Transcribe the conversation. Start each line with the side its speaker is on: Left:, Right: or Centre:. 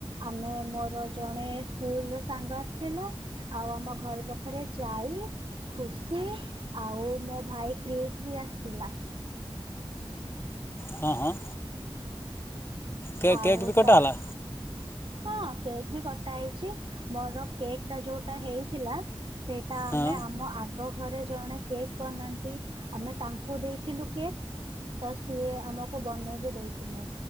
Right: ଆମେ ମୋ ର ଜଣେ ସ୍କୁଲ ର ସାଙ୍ଗ ଆସିଥିଲା। ଆଉ ଆମ ଘର ପାଖରେ ଯାଇ ଖୁସି ଆଉ ମୋ ଭାଇ କ୍ରିଶ ବି ଆସିଥିଲା।
Left: ହଁ ହଁ। କେ
Right: ଆଉ
Left: କେକ୍ ବି କଟଲା
Right: ତା ହଁ କେକ୍ ବି କଟା ହେଇଛି। ମୋର କେକ୍ ଟା ଯୋଉଟା ହେଇଥିଲା। ସେଇଟା ଆମେ
Left: ହଁ
Right: ଆମ ଆଗ ତା ଘରେ ଜଣେ କେକ୍ ବନାନ୍ତି ଆମେ ତାଙ୍କୁ ଦେଇଥିଲୁ। କେକ୍ ତ ସିଏ ଆମକୁ ବନେଇକି ଦେଇଥିଲେ